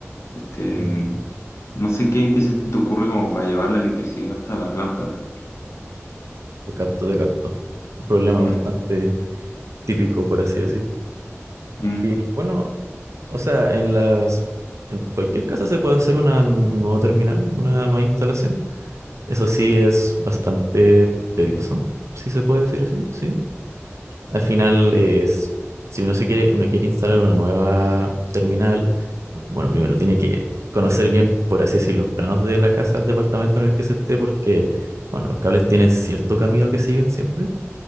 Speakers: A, on the left; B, on the right.
A: Este,
B: mm.
A: mm, no sé qué, qué se te ocurre como para llevar la electricidad hasta las lámparas.
B: Te capto, te capto. Un problema
A: Mm,
B: bastante típico, por así decir.
A: mm,
B: Y bueno, o sea, en las, en cualquier casa se puede hacer una nueva terminal, una nueva instalación. Eso sí es bastante tedioso, si se puede decir así, sí. Al final es, si uno se quiere, uno quiere instalar una nueva terminal, eh, bueno, primero tiene que conocer bien, por así decir, los planos de la casa, del departamento en el que se esté, porque, bueno, los cables tienen cierto camino que siguen siempre.